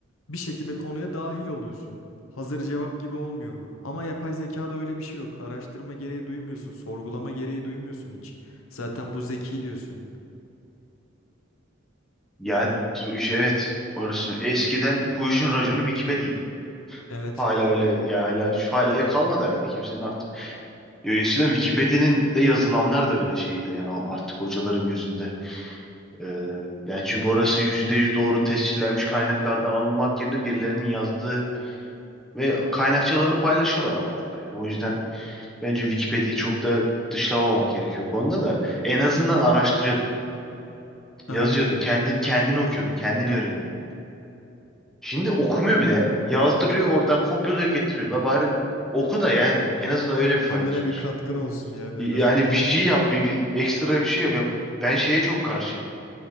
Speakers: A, on the left; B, in the centre.
A: bir şekilde konuya dahil oluyorsun. Hazır cevap gibi olmuyor bu. Ama yapay zekada öyle bir şey yok. Araştırma gereği duymuyorsun, sorgulama gereği duymuyorsun hiç. Zaten bu zeki diyorsun.
B: Ya bu iş- evet orası. Eskiden bu işin raconu Wikipedia'ydı.
A: Evet.
B: Hala öyle ya hala şu hala ya kalmadı herhalde kimsenin artık. Ya eskiden Wikipedia'nın de yazılanlar da bile şeydi yani o artık hocaların gözünde. Ee, yani çünkü orası yüzde yüz doğru tescillenmiş kaynaklardan alınmak yerine birilerinin yazdığı Ve kaynakçalarını paylaşıyorlar ama altta yani. O yüzden bence Wikipedia'yı çok da dışlamamak gerekiyor bu konuda da. En azından araştırıyordun.
A: Aynen.
B: Yazıyordun. Kendi, kendini okuyordun. Kendini öğreniyordun. Şimdi okumuyor bile ya. Yazdırıyor oradan kopyalıyor getiriyor. La bari oku da yani en azından öyle bir faydası
A: Kendine bir
B: olsun.
A: katkın olsun yani
B: Yani
A: en azından.
B: bir şey yap. Bir, bir ekstra bir şey yap. Ya ben şeye çok karşıyım.